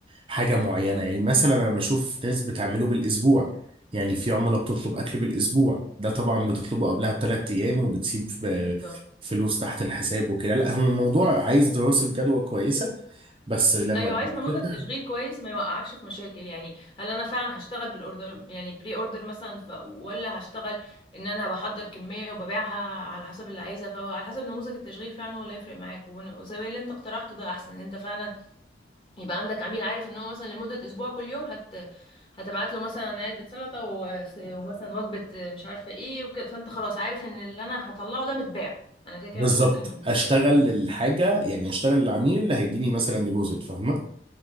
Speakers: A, on the right; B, on the left.
A: حاجة معينة يعني مثلا انا بشوف ناس بتعمله بالاسبوع يعني في عملاء بتطلب اكل بالاسبوع ده طبعا بتطلبه قبلها بثلاث ايام وبتسيب ب-
B: بالظبط
A: فلوس تحت الحساب وكده لا هو موضوع عايز دراسة جدوى كويسة بس لما
B: ايوه عايز
A: بت-
B: نموذج تشغيل كويس ما يوقعكش في مشاكل يعني هل انا فعلا هشتغل بالاوردر يعني بري اوردر مثلا ف... ولا هشتغل ان انا بحضر كميه وببيعها على حسب اللي عايزها فهو على حسب نموذج التشغيل فعلا هو اللي هيفرق معاك ون- وزي اللي انت اقترحته ده احسن ان انت فعلا يبقى عندك عميل عارف ان هو مثلا لمدة اسبوع كل يوم هت هتبعت له مثلا علبة سلطة و... ومثلا وجبة مش عارفة ايه وكده فانت خلاص عارف ان اللي انا هطلعه ده متباع انا كده كده
A: بالظبط
B: مش ممكن
A: اشتغل
B: مني
A: الحاجة يعني اشتغل العميل اللي هيديني مثلا ديبوزيت فاهمة